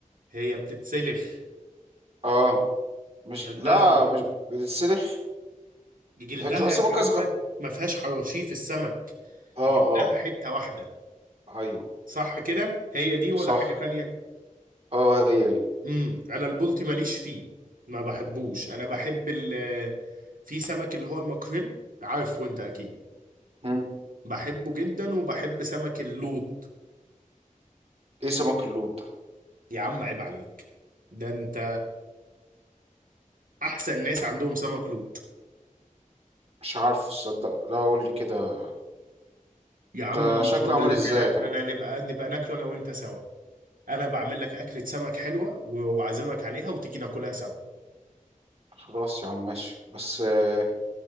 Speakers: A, on the right; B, on the right.
A: هي بتتسلخ
B: اه مش
A: كلتها
B: لا
A: مع
B: مش بالسلخ
A: جلدها
B: هي بتبقى سمكة
A: يا محمد
B: صغيرة
A: ما فيهاش حرشيف السمك
B: اه
A: جلدها
B: اه
A: حته واحده
B: ايوه
A: صح كده هي دي ولا
B: صح
A: حاجة تانية
B: اه هي دي
A: امم انا البلطي ماليش فيه ما بحبوش انا بحب ال في سمك اللي هو الماكريل عارفه انت اكيد
B: مم.
A: بحبه جدا وبحب سمك اللوط
B: ايه سمك اللود ده
A: يا عم عيب عليك ده انت احسن ناس عندهم سمك لوط
B: مش عارفه تصدق لا قول لي كده
A: يا عم
B: ده
A: انا
B: شكله
A: مش هقول
B: عامل
A: لك
B: ازاي
A: انا
B: ده
A: انا نبقى نبقى ناكله انا وانت سوا انا بعمل لك اكلة سمك حلوة وعازمك عليها وتيجي ناكلها سوا
B: خلاص يا عم ماشي بس آه،